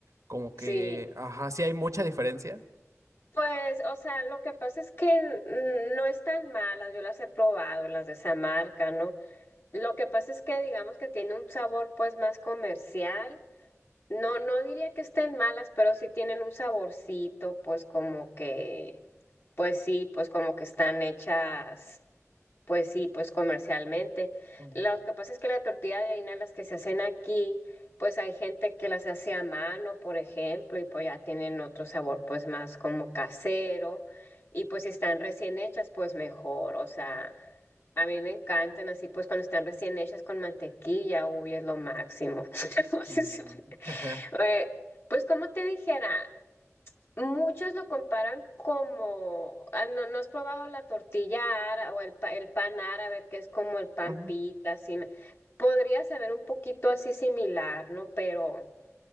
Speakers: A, on the right; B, on the left.
A: como que,
B: Sí.
A: ajá, sí hay mucha diferencia.
B: Pues, o sea, lo que pasa es que mm, no están malas, yo las he probado, las de esa marca, ¿no? Lo que pasa es que digamos que tiene un sabor pues más comercial. No, no diría que estén malas, pero sí tienen un saborcito, pues como que, pues sí, pues como que están hechas. Pues sí, pues comercialmente.
A: Ujú,
B: Lo que pasa es que la tortilla de harina, las que se hacen aquí, pues hay gente que las hace a mano, por ejemplo, y pues ya tienen otro sabor, pues más como casero. Y pues si están recién hechas, pues mejor. O sea, a mí me encantan así, pues cuando están recién hechas con mantequilla, uy, es lo máximo. <laughs> Entonces,
A: ujú, <laughs>
B: Eh, Pues como te dijera. Muchos lo comparan como, ah, no, no has probado la tortilla árabe o el, pa- el pan árabe, que es como el pan
A: ujú,
B: pita, así. me- Podría saber un poquito así similar, ¿no? Pero,